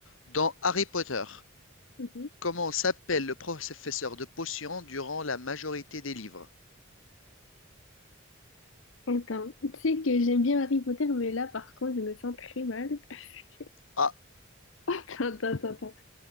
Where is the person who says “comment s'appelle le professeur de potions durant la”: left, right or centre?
Left